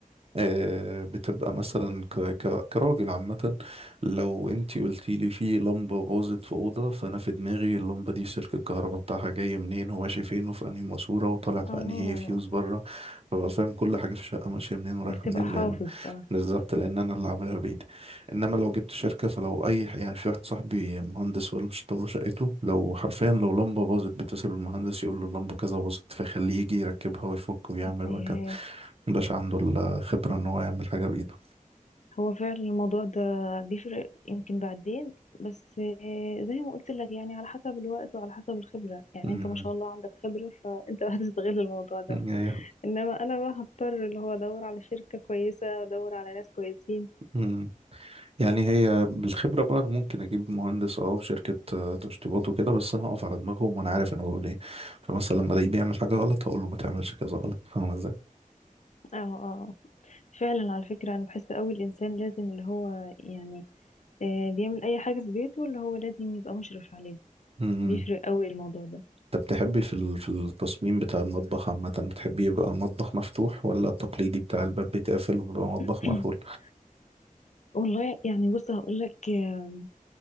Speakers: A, on the right; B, on the left.
A: آه، بتبقى مثلا ك... ك... كراجل عامة لو انتي قلتي لي في لمبة باظت في أوضة فأنا في دماغي اللمبة دي سلك الكهرباء بتاعها جاي منين هو ماشي فين وفي أنهي ماسورة وطالع
B: <laughs>
A: في
B: اه
A: أنهي فيوز بره فببقى فاهم كل حاجة في الشقة ماشية منين ورايحة
B: بتبقى
A: منين
B: حافظ
A: لأن
B: بقى
A: بالظبط لأن أنا اللي عاملها بإيدي إنما لو جبت شركة فلو أي يعني في واحد صاحبي مهندس ولا مش له شقته لو حرفيا لو لمبة باظت بيتصل بالمهندس يقول له اللمبة كذا باظت فيخليه يجي يركبها ويفك ويعمل
B: إيه،
A: وهكذا مبقاش عنده الخبرة إن هو يعمل حاجة بإيده
B: هو فعلا الموضوع ده بيفرق يمكن بعدين بس إيه، زي ما قلت لك يعني على حسب الوقت وعلى حسب الخبرة يعني
A: مم.
B: انت ما شاء الله عندك خبرة فانت <laughs> هتستغل الموضوع ده
A: هي
B: انما انا بقى هضطر اللي هو ادور على شركة كويسة ادور على ناس كويسين
A: مم. يعني هي بالخبرة بقى أنا ممكن أجيب مهندس أه في شركة آه، تشطيبات وكده بس أنا هقف على دماغهم وأنا عارف أنا بقول إيه فمثلا لما ألاقيه بيعمل حاجة غلط هقول له ما تعملش كذا غلط فاهم إزاي؟
B: اه اه آه. فعلا على فكرة أنا بحس أوي الإنسان لازم اللي هو يعني آه، بيعمل أي حاجة في بيته اللي هو لازم يبقى مشرف عليه
A: مم.
B: بيفرق أوي الموضوع ده
A: أنت بتحبي في ال- في التصميم بتاع المطبخ عامة بتحبي يبقى مطبخ مفتوح ولا التقليدي بتاع الباب بيتقفل وبيبقى مطبخ
B: <clears throat>
A: مقفول؟
B: والله يعني بص هقول لك آه،